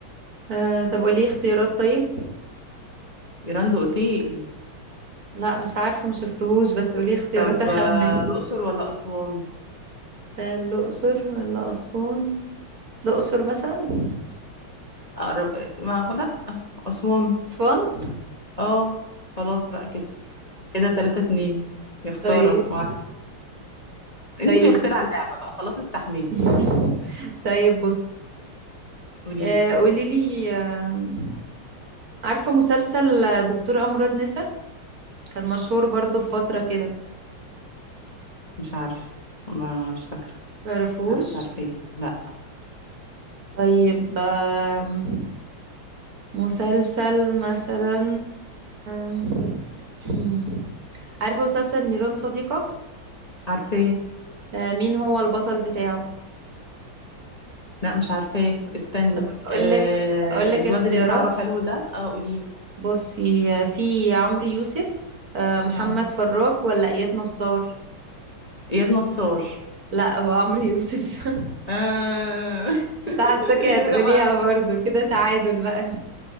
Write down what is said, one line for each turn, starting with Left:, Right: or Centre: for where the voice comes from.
Right: آه طب قولي اختيارات طيب
Left: جراند اوتيل
Right: لا مش عارفة ما شفتهوش بس قولي اختيارات
Left: طب
Right: اخمن
Left: آه، الاقصر ولا اسوان
Right: آه الأقصر ولا أسوان الأقصر مثلا
Left: اقرب آه، ما لا اسوان
Right: It's fun
Left: اه خلاص بقى كده كده 3 2 يا خسارة
Right: طيب
Left: معلش انتي
Right: <laughs> طيب
Left: اللي مخترعة اللعبة بقى خلاص استحملي
Right: <laughs> طيب بص
Left: قولي
Right: آه قولي لي آه عارفة مسلسل آه، دكتور أمراض نسا كان مشهور برضو في فترة كده
Left: مش عارفة مش فاكرة
Right: تعرفوش
Left: لا مش عارفة لا
Right: طيب آم، مسلسل مثلا آم، <clears throat> عارفة مسلسل نيران صديقة
Left: عارفة
Right: آه مين هو البطل بتاعه
Left: لا مش عارفة استني
Right: طب أقول
Left: آه
Right: لك أقول لك
Left: الواد
Right: اختيارات
Left: اللي شعره حلو ده اه قوليلي
Right: بصي في عمرو يوسف آه، محمد
Left: اه
Right: فراج ولا اياد نصار
Left: اياد نصار
Right: لا هو عمرو يوسف
Left: آه
Right: <laughs>
Left: <laughs>
Right: انت حاساكي
Left: يو
Right: هتقوليها
Left: انا بقى
Right: برضو كده تعادل بقى